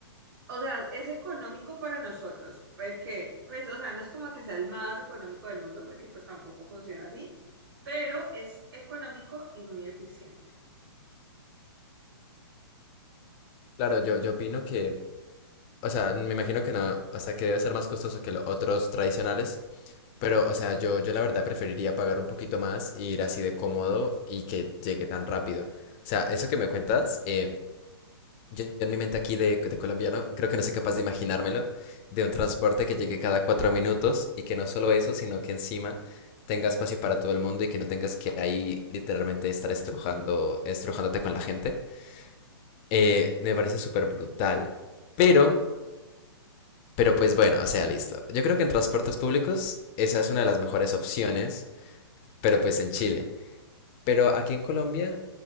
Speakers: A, on the right; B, on the left.
A: O sea, es económico para nosotros, porque, pues, o sea, no es como que sea el más económico del mundo, porque pues tampoco funciona así, pero es económico y muy eficiente.
B: Claro, yo, yo opino que, o sea, me imagino que no, o sea, que debe ser más costoso que los otros tradicionales, pero, o sea, yo, yo la verdad preferiría pagar un poquito más e ir así de cómodo y que llegue tan rápido. O sea, eso que me cuentas, em, Yo en mi mente aquí de, de colombiano, creo que no soy capaz de imaginármelo, de un transporte que llegue cada cuatro minutos y que no solo eso, sino que encima tenga espacio para todo el mundo y que no tengas que ahí literalmente estar estrujando, estrujándote con la gente. Eh, me parece súper brutal. Pero, pero pues bueno, o sea, listo. Yo creo que en transportes públicos esa es una de las mejores opciones, pero pues en Chile. Pero aquí en Colombia,